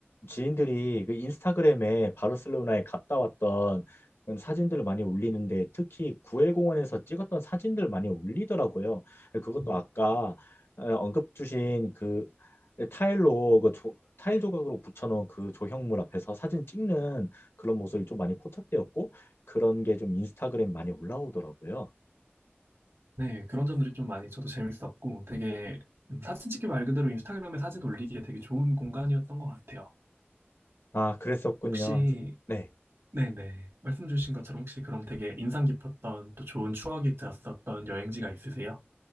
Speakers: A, on the left; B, on the right.
A: 지인들이 그 인스타그램에 바르셀로나에 갔다 왔던 그런 사진들을 많이 올리는데 특히 구엘 공원에서 찍었던 사진들 많이 올리더라고요. 그것도
B: 음.
A: 아까 어, 언급 주신 그 타일로 그 조, 타일 조각으로 붙여놓은 그 조형물 앞에서 사진 찍는 그런 모습이 좀 많이 포착되었고 그런 게 좀 인스타그램 많이 올라오더라고요.
B: 네, 그런 점들이 좀 많이 저도 재밌었고 되게 음, 사진 찍기 말 그대로 인스타그램에 사진 올리기에 되게 좋은 공간이었던 것 같아요.
A: 아, 그랬었군요.
B: 혹시
A: 네.
B: 네네. 말씀 주신 것처럼 혹시 그럼 되게 인상 깊었던 또 좋은 추억이 되었었던 여행지가 있으세요?